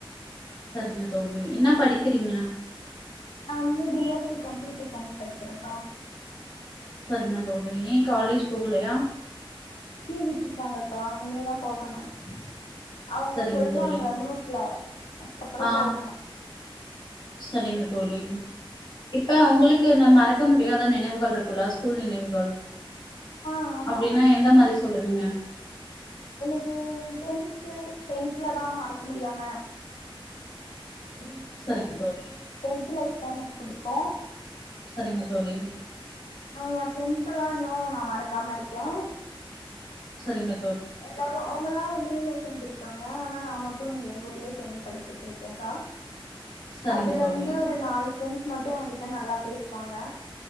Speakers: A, on the left (about 55°); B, on the left (about 85°).
A: சரிங்க தோழி என்ன படிக்கிறீங்க
B: நா வந்து B S C computer science படிக்கிறங்க்கா
A: சரிங்க தோழி ஏன் காலேஜ் போகலையா
B: லீவ் விட்ருக்காங்க க்கா இனிமேதான் போகணும் அவங்க
A: சரிங்க
B: சொல்வாங்க
A: தோழி
B: குரூப்ல அதுக்கப்புறோம்
A: ஆ
B: போகணும்
A: சரிங்க தோழி இப்ப உங்களுக்கு அந்த மறக்க முடியாத நினைவுகள் இருக்கூல்ல ஸ்கூல் நினைவுகள்
B: ஆ ஆமா
A: அப்டின்னா எந்த மாதிரி ஸ் சொல்லுவிங்க
B: எனக்கு டென்த் டென்த்ல தான் மறக்க முடியாம இருந்துச்சு
A: சரிங்க தோழி
B: டென்த் லைஃப் எனக்கு புடிக்கூம்
A: சரிங்க தோழி
B: ஏன் ஃப்ரெண்ட்ஸ் எல்லாம் இன்னூம் நா மறக்காம இருக்கேன்
A: செரிங்க
B: எல்லாரும் அவுங்கெல்லாம் வெளீல சேந்திருக் க்காங்க ஆனா நா மட்டும் இங்க எங்க ஊர்லே சேந்து படிச்சிட்டு இருக்கேங்கா
A: சரிங்க
B: அதுல
A: தோழி
B: வந்து ஒரு நால் ஃபிரெண்டஸ் மட்டும் ஏன்க்கிட்ட நல்லா பேசுவாங்க